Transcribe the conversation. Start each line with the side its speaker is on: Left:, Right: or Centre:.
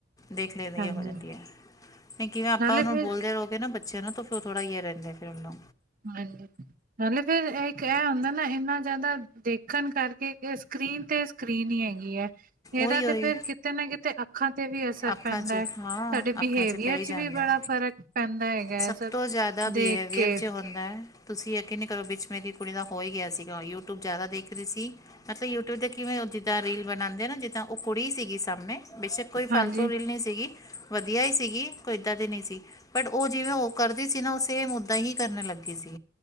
Left: ਦੇਖ ਲੈਂਦੀਹੋ,
Right: ਹਾਂਜੀ
Left: ਜਾਂਦੀ ਹੈ ਨਹੀਂ ਕਿਵੇਂ ਆਪਾਂ
Right: ਨਾਲੇ
Left: ਉਹਨਾਂ ਨੂੰ
Right: ਫਿਰ
Left: ਬੋਲਦੇ ਰਹੋਗੇ ਨਾ ਬੱਚਿਆਂ ਨੂੰ ਫਿਰ ਥੋੜ੍ਹਾ ਹੀ ਰਹਿ, ਲੇਕੇ ਉਹਨੂੰ
Right: ਹਾਂਜੀ। ਨਾਲੇ ਫਿਰ ਏ ਇਕ ਇਹ ਹੁੰਦਾ ਨਾ ਇੰਨਾ ਜ਼ਿਆਦਾ ਦੇਖਣ ਕਰਕੇ ਸਕਰੀਨ ਤੇ ਸਕਰੀਨ ਹੀ ਹੈਗੀ ਹੈ, ਇਹਦਾ
Left: ਉਹੀ ਉਹੀ
Right: ਤੇ ਫੇਰ ਕਿਤੇ ਨਾ ਕਿਤੇ- ਅੱਖਾਂ ਤੇ ਵੀ ਅਸਰ
Left: ਅੱਖਾਂ
Right: ਪੈਂਦਾ
Left: 'ਚ
Right: ਹੈ,
Left: ਹਾਂ
Right: ਸਾਡੇ
Left: ਅੱਖਾਂ
Right: ਬਿਹੇਵੀਅਰ
Left: ਪੈ
Right: ਚ
Left: ਹੀ ਜਾਂਦਾ
Right: ਵੀ ਬੜਾ ਫ਼ਰਕ ਪੈਂਦਾ ਹੈ।
Left: ਸਭ ਤੋਂ ਜ਼ਿਆਦਾ ਬਿਹੇਵੀਅਰ
Right: ਦੇਖ ਕੇ
Left: ਚ ਹੁੰਦਾ ਹੈ ਤੁਸੀਂ ਯਕੀਨ ਨਹੀਂ ਕਰੋ ਵਿੱਚ ਮੇਰੀ ਕੁੜੀ ਦਾ ਹੋ ਹੀ ਗਿਆ ਸੀਗਾ, ਯੂਟਿਊਬ ਜ਼ਿਆਦਾ ਦੇਖ ਰਹੀ ਸੀ ਮਤਲਬ ਯੂ ਦਾਂ ਕਿਵੇਂ ਉਹ ਜਿੱਦਾਂ ਰੀਲ ਬਣਾਉਂਦੇ ਆ ਨਾ ਜਿੱਦਾਂ ਉਹ ਕੁੜੀ ਸੀਗੀ ਸਾਹਮਣੇ ਬੇਸ਼ੱਕ ਕੋਈ
Right: ਹਾਂਜੀ,
Left: ਫਲਤੂ ਰੀਲ ਨਹੀਂ ਸੀਗੀ ਵਧੀਆ ਹੀ ਸੀਗੀ ਕੋਈ ਇੱਦਾਂ ਦੀ ਨੀ ਸੀ। ਉ ਜਿਵੇਂ ਉ ਕਰਦੀ ਸੀ ਨਾ ਸੇਮ ਉਦਾਂ ਹੀ ਕਰਨ ਲੱਗੀ ਸੀ